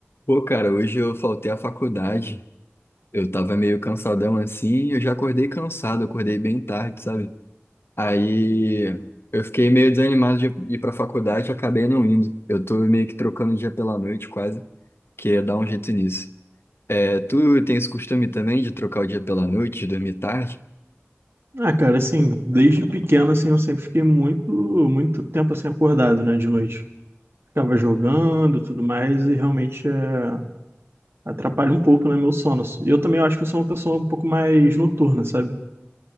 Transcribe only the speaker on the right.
Ah, cara, assim, desde pequeno, assim, eu sempre fiquei muito, muito tempo, assim, acordado, né, de noite. Ficava jogando, tudo mais, e realmente é, atrapalha um pouco, né, meu sono. E eu também acho que eu sou uma pessoa um pouco mais noturna, sabe?